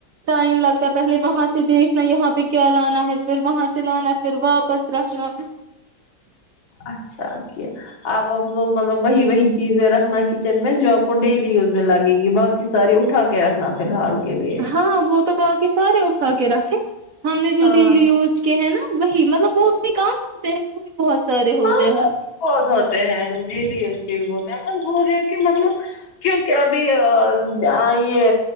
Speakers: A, on the right; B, on the left.
A: ٹائم لگتا ہے پہلے وہاں سے دیکھنا یہاں پہ کیا لانا ہے پھر وہاں سے لانا پھر واپس رکھنا
B: اچھا کیا اب آپ لوگ مطلب وہی وہی چیزیں رکھنا کچن میں جو آپ کو ڈیلی یوز میں لگے گی باقی کی ساری اٹھا کے رکھنا فلحال کے لیے
A: ہاں وہ تو باقی سارے اٹھا کے رکھیں ہم نے جو
B: ہاں
A: ڈیلی یوز ہیں نا وہی مطلب وہ بھی کام ہوتے ہیں وہ بھی بہت سارے ہوتے
B: ہاں
A: ہیں
B: بہت ہوتے ہیں ڈیلی یوز کے لیے اس کے بھی بہ بس بول رہی ہو کہ مطلب کیونکہ ابھی ا اں یہ